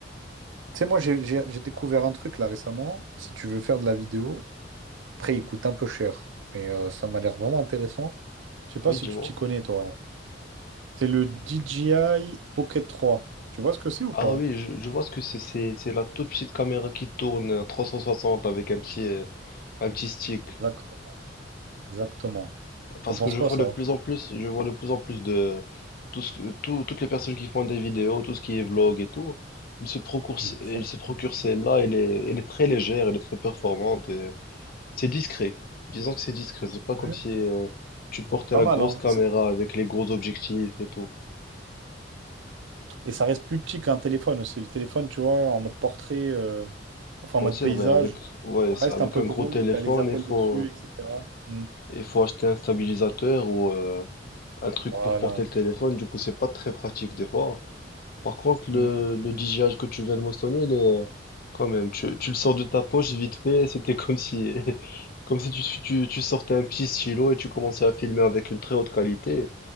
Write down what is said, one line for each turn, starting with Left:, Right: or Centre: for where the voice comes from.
Right: Tu sais, moi, j'ai j'ai- j'ai découvert un truc, là, récemment. Si tu veux faire de la vidéo, Après, il coûte un peu cher, mais euh, ça m'a l'air vraiment intéressant. Je sais pas
Left: oui,
Right: si
Left: dis-moi.
Right: tu t'y connais, toi. C'est le DJI Pocket 3. Tu vois ce que c'est ou
Left: Ah
Right: pas?
Left: oui, je, je vois ce que c'est. C'est c'est la toute petite caméra qui tourne en 360 avec un petit, euh, un petit stick.
Right: Exact- Exactement.
Left: Parce
Right: T'en penses
Left: que je
Right: quoi,
Left: vois
Right: ça?
Left: de plus en plus, je vois de plus en plus de tout ce que- tout- toutes les personnes qui font des vidéos, tout ce qui est vlog et tout, ils se procurent, ce-
Right: Exactement.
Left: ils se procurent celle-là. Elle est, elle est très légère, elle est très performante et c'est discret. Disons que c'est discret. C'est pas
Right: Mhm.
Left: comme si euh, tu portais
Right: Pas
Left: la
Right: mal,
Left: grosse
Right: hein?
Left: caméra
Right: Ça-
Left: avec les gros objectifs et tout.
Right: Et ça reste plus petit qu'un téléphone aussi. Le téléphone, tu vois, en mode portrait, euh, enfin
Left: Moi,
Right: en mode
Left: c'est
Right: paysage,
Left: vrai, avec, ouais,
Right: ça
Left: c'est-
Right: reste
Left: avec
Right: un peu
Left: un
Right: gros,
Left: gros téléphone,
Right: t'as les appels
Left: il faut.
Right: dessus, etc. Mm.
Left: Il faut acheter un stabilisateur ou euh, un truc
Right: Voilà.
Left: pour porter le téléphone, du coup c'est pas très pratique des fois. Par contre le,
Right: Mm.
Left: le DJI que tu viens de mentionner, il est euh, quand même, tu, tu le sors de ta poche vite fait, <laughs> c'était comme si <laughs> comme si tu, tu, tu sortais un petit stylo et tu commençais à filmer avec une très haute qualité.